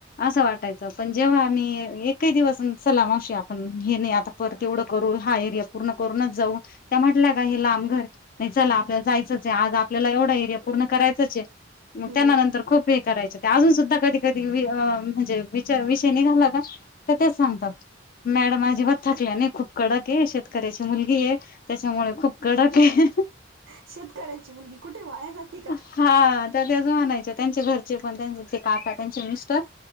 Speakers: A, on the left; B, on the right.
A: असं वाटायचं पण जेव्हा आम्ही एकही दिवस चलामावशी आपण हे नाही आता.
B: हा
A: तेवढ
B: हा.
A: करू हा एरिया पूर्ण करूनच जाऊ म्हटल्या का हे लांब घर नाही चला आपल्याला जायचंच आहे आज आपल्याला एवढा एरिया पूर्ण करायचंच आहे मग
B: हम्म
A: त्यानंतर खूप हे करायच ते अजून सुद्धा कधी, कधी, म्हणजे विचार विषय निघाला का तर तेच सांगतात. मॅडम अजिबात थकल्या नाही खूप कडक आहे शेतकऱ्याची मुलगी आहे त्याच्यामुळे खूप कडक आहे.
B: शेतकऱ्याची मुलगी कुठे वाया जाते. का?
A: हा तर त्यातेच म्हणायच्या त्यांचे घरचे पण त्यांचे ते काका, त्यांचे मिस्टर